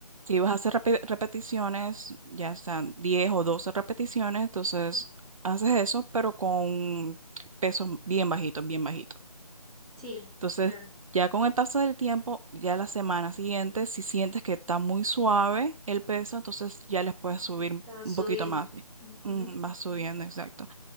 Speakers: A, on the right; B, in the centre.
A: Si vas a hacer repe- repeticiones, ya sean 10 o 12 repeticiones, entonces haces eso, pero con pesos bien bajitos, bien bajitos.
B: sí,
A: Entonces,
B: claro,
A: ya con el paso del tiempo, ya la semana siguiente, si sientes que está muy suave el peso, entonces ya les puedes subir
B: te vas
A: un
B: subiendo.
A: poquito más.
B: Ujú.
A: Mm, va subiendo, exacto.